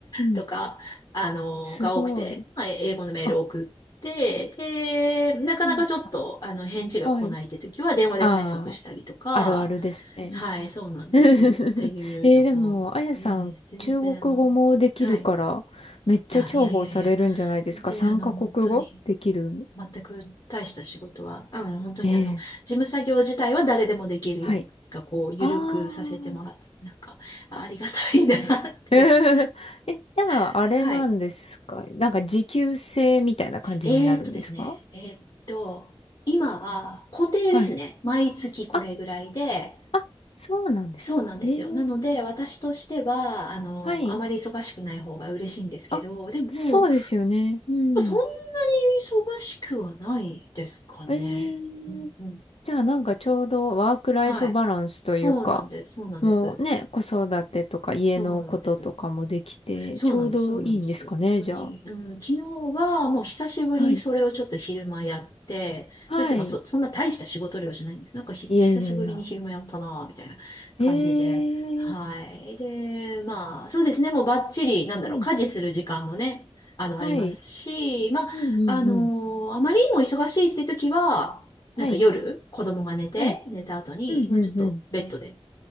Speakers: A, on the left; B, on the left.
A: とか、
B: ん、
A: あの、
B: すごい。
A: が多くて、まあ、英語のメールを送って、
B: あ、
A: で、なかなかちょっと、
B: うん、あ
A: あの、返事が来ないって時は、
B: はい。
A: 電話で催促したりとか、
B: ああ、あるあるですね。
A: はい、そうなんですよ。
B: <laughs> えーでも、
A: っていうのを、
B: あやさん、
A: いえ、全然、
B: 中国語もできるから、
A: あの、はい。
B: めっちゃ重宝されるんじゃないですか
A: あ、いやいやいや、全然あの、
B: ?3 カ国語できる
A: 本当に、全く大した仕事は、うん、本当にあの、
B: ええ
A: 事務作業自体は誰でもできるような、
B: はい。
A: なんかこう、ゆるくさせてもらってて、
B: あー
A: なんか、あありがたいなって。
B: <laughs> あ。えーえ、じゃあ、
A: <laughs>
B: あれなんですかなんか、
A: はい。
B: 持久制みたいな感じになるんですか
A: えーっとですね、えーっと、今は固定ですね。
B: はい。
A: 毎月これぐらいで、
B: あ、あ、そうなんですね。
A: そうなんですよ。
B: ええ
A: なので、私としては、あの、
B: はい。
A: あまり忙しくない方が嬉しいんですけど、
B: あ、
A: でも、
B: そうですよね。うん。
A: そんなに忙しくはないですかね。
B: え
A: うんうん。
B: えじゃあなんかちょうどワークライフバランスというか、
A: はい。そうなんです。そうなんです。
B: もうね、子育てとか家のこととかもできて、
A: そうなんです。そうなんです、
B: ちょうどいいんですかね、
A: そうなんです。本当に、
B: じゃあ。
A: うん、昨日はもう久しぶりにそれをちょっと昼間やって、
B: はい。はい。
A: といってもそ、そんな大した仕事量じゃないんです。なんかひ、
B: いやいやいや。
A: 久しぶりに昼間やったなぁ、みたいな感じで。
B: ええ
A: はい。で、まあ、そうですね、もうバッチリ、なんだろう、
B: うん。
A: 家事する時間もね、あの、ありますし、
B: はい。
A: まあ、
B: うんうんうん。
A: あのーあまりにも忙しいって時は、なんか夜、
B: はい。
A: 子供が寝て、
B: はい。
A: 寝た後に、
B: うんうんうん。
A: まあ、ちょっとベッドで